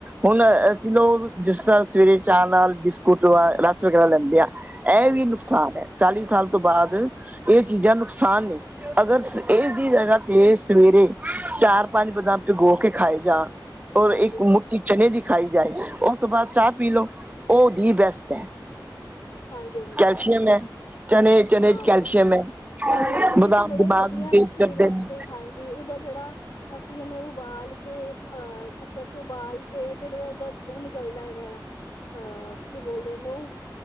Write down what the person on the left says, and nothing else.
ਹਾਂਜੀ,
ਹਾਂਜੀ,
ਹਾਂਜੀ-ਹਾਂਜੀ।
ਹਾਂ-ਹਾਂ,
ਕਾਲੇ ਚਨੇ
ਤੇ ਬੜੇ
ਵਧੀਆ
ਨੇ ਸਰੀਰ
ਵਸਤੇ
ਹਾਂਜੀ। ਜੀ ਓਦਾ ਜਿਹੜਾ ਅਸੀਂ ਉਹਨੂੰ ਉਬਾਲ ਕੇ ਅਹ ਕੁੱਕਰ ਚ ਉਬਾਲ ਕੇ ਉਹ ਜਿਹੜੇ ਉਹਦਾ ਉਹ ਨਿਕਲਦਾ ਹੈਗਾ ਹੈ। ਅ ਕੀ ਬੋਲਦੇ ਓਨੂੰ?